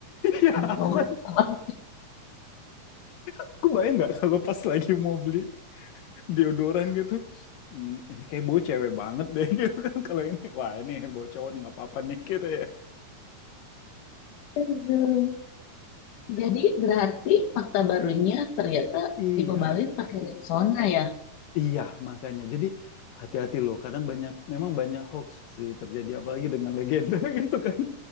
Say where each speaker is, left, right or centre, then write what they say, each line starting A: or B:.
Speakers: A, on the left; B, on the left.
A: Ya, aku
B: momen
A: kan,
B: sama?
A: aku bayang nggak kalau pas lagi mau beli deodoran gitu, "Hmm, ini kayak bau cewek banget deh <laughs> gitu kan. Kalau ini, wah ini bau cowok nih nggak apa-apa nih gitu ya.
B: Aduh. Jadi berarti fakta barunya ternyata
A: Iya,
B: Ibu Malin
A: itu.
B: pakai Rexona ya?
A: Iya, makanya. Jadi hati-hati loh. Kadang banyak, memang banyak hoax sih terjadi apalagi dengan legenda <laughs> gitu kan.